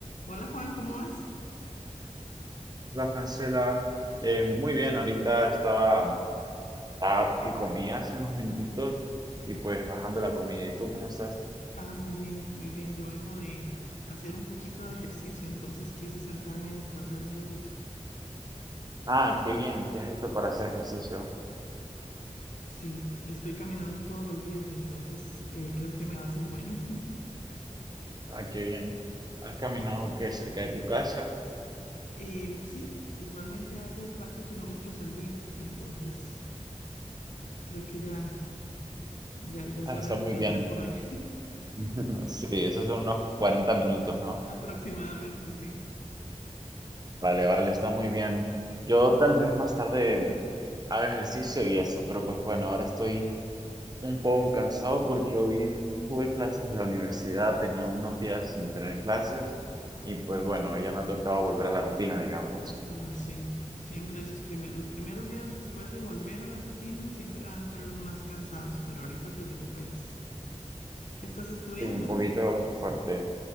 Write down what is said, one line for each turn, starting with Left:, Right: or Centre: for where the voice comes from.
Left: Hola Juan, ¿cómo vas?
Right: La Francela, eh, muy bien, ahorita estaba ah, que comía hace unos minutitos y pues bajando la comida. ¿Y tú cómo estás?
Left: Ah, muy bien, muy bien. Yo vengo de hacer un poquito de ejercicio, entonces quise sentarme a descansar un ratito.
Right: Ah, qué bien, ¿qué has hecho para hacer ejercicio?
Left: Sí, estoy caminando todos los días, entonces eh, creo que me va a ser bueno. <laughs>
Right: Ah, qué bien. ¿Has caminado qué cerca de tu casa?
Left: Em, sí, usualmente hago cuatro kilómetros al día, entonces creo que ya, ya, ya es
Right: Ah,
Left: hora
Right: está
Left: de
Right: muy
Left: descansar
Right: bien.
Left: por hoy,
Right: <laughs> Sí, esos son unos 40 minutos,
Left: <laughs>
Right: ¿no?
Left: aproximadamente, sí.
Right: Vale, vale, está muy bien. Yo tal vez más tarde haga ejercicio y eso, pero pues bueno, ahora estoy Un poco cansado porque hoy tuve clases de la universidad, tenía unos días sin tener clases y pues bueno, ya me ha tocado volver a la rutina, digamos.
Left: Ah, sí, siempre esos primeros, los primeros días después de volver a la rutina siempre van a ser los más cansados, pero ahorita te recuperas. ¿Qué estás estudiando?
Right: Sí, un poquito fuerte.